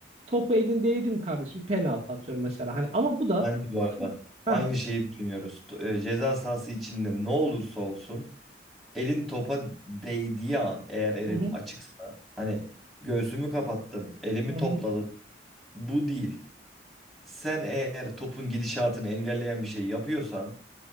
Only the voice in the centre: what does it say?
Ben
de bu
arada
aynı şeyi düşünüyoruz. T- e, ceza sahası içinde ne olursa olsun elin topa değdiği an eğer elin
açıksa hani göğsümü kapattım, elimi
topladım.
Bu değil. Sen eğer topun gidişatını engelleyen bir şey yapıyorsan